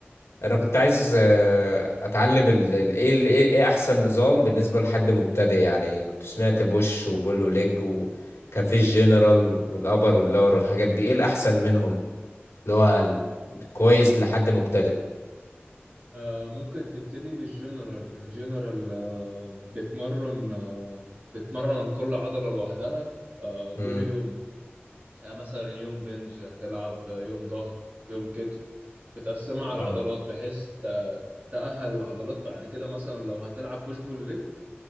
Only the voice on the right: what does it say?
آه، ممكن تبتدي بالجنرال الجنرال آه، بتمرن آه، بتمرن عن كل عضلة لوحدها آه، كل
يوم يعني مثلا يوم بنج هتلعب آه، يوم ظهر يوم كتف بتقسمها على العضلات
بحيث ت- تأهل العضلات بعد كده مثلا لو هتلعب بوش بول ليج